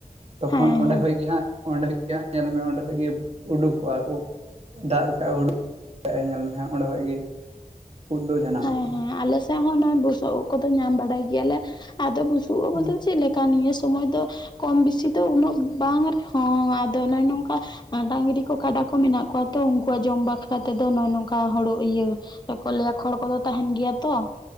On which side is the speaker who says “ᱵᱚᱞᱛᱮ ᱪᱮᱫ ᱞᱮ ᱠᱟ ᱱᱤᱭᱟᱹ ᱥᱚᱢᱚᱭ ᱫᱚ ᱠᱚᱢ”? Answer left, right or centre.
Left